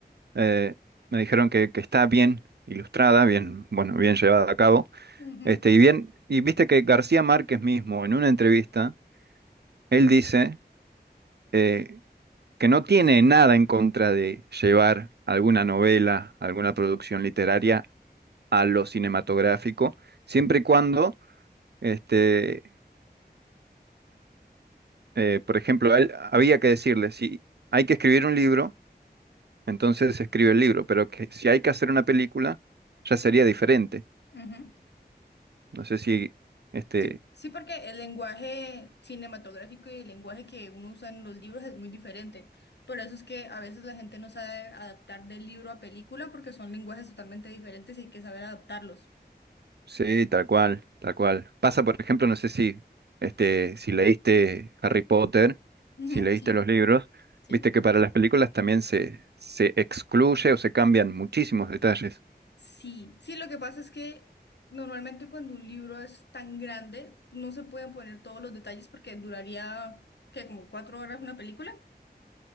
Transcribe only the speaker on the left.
Ujú,
ujú.
Sí, sí, porque el lenguaje cinematográfico y el lenguaje que uno usa en los libros es muy diferente. Por eso es que a veces la gente no sabe adaptar del libro a película porque son lenguajes totalmente diferentes y hay que saber adaptarlos.
Ujú,
Sí,
sí.
Sí, sí, lo que pasa es que normalmente cuando un libro es tan grande no se pueden poner todos los detalles porque duraría, que como cuatro horas una película.